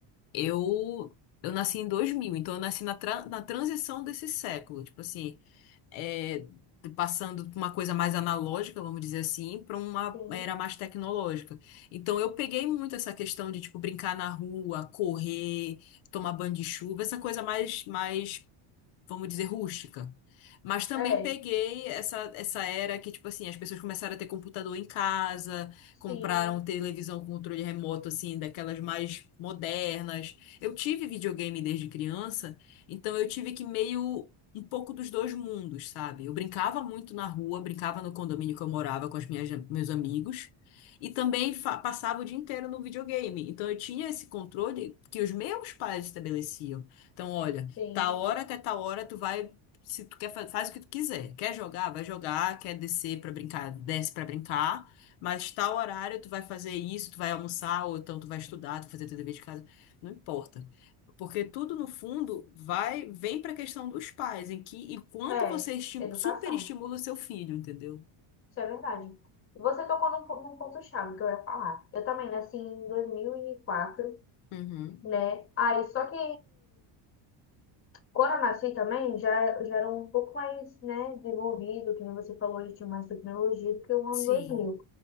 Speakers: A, on the left; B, on the left.
A: Eu, eu nasci em dois mil então eu nasci na, tra- na transição desse século, tipo assim, é, passando de uma coisa mais analógica, vamos dizer assim, para uma
B: Sim.
A: era mais tecnológica. Então eu peguei muito essa questão de, tipo, brincar na rua, correr, tomar banho de chuva, essa coisa mais, mais vamos dizer, rústica. Mas também
B: É,
A: peguei essa, essa era que, tipo assim, as pessoas começaram a ter computador em casa, compraram
B: sim,
A: televisão com controle remoto, assim, daquelas mais modernas. Eu tive videogame desde criança, então eu tive que meio. Um pouco dos dois mundos, sabe? Eu brincava muito na rua, brincava no condomínio que eu morava com as minhas, meus amigos, e também fa- passava o dia inteiro no videogame. Então eu tinha esse controle que os meus pais estabeleciam. Então, olha.
B: sim.
A: Tal hora até tal hora tu vai, se tu quer, fa- faz o que tu quiser. Quer jogar, vai jogar, quer descer pra brincar, desce pra brincar, mas tal horário tu vai fazer isso, tu vai almoçar, ou então tu vai estudar, tu vai fazer teu dever de casa, não importa. Porque tudo no fundo vai, vem pra questão dos pais, em que e quanto
B: É,
A: você esti-
B: educação.
A: superestimula o seu filho, entendeu?
B: Isso é verdade. Você tocou num, po- num ponto-chave que eu ia falar. Eu também nasci em dois mil e quatro
A: Uhum.
B: né? Aí, só que Coranassi também já, já era um pouco mais, né, desenvolvido, que nem você falou, já tinha mais tecnologia do que o ano
A: Sim.
B: 2000.